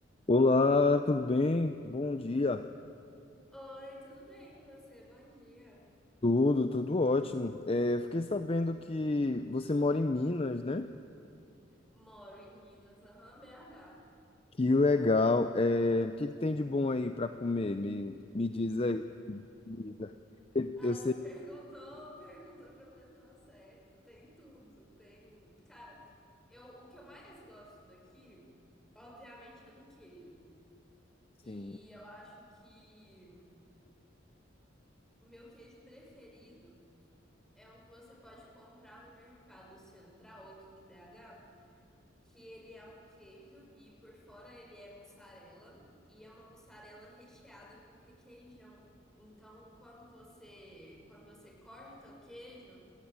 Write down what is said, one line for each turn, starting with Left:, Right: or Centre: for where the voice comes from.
Left: Olá, tudo bem? Bom dia.
Centre: Oi, tudo bem? E você? Bom dia.
Left: Tudo, tudo ótimo. É, eu fiquei sabendo que você mora em Minas, né?
Centre: Moro em Minas, aham, BH.
Left: Que legal. É, o que que tem de bom aí para comer? Me, me diz aí. Comida. Eu
Centre: Ah,
Left: eu sei.
Centre: você perguntou, <laughs> perguntou pra pessoa certa. Tem tudo, tem. Cara, eu, o que eu mais gosto daqui, obviamente, é do queijo.
Left: Sim.
Centre: E eu acho que o meu queijo preferido é um que você pode comprar no Mercado Central aqui de BH. que ele é um queijo e por fora ele é mussarela e é uma mussarela recheada com requeijão. Então, quando você quando você corta o queijo,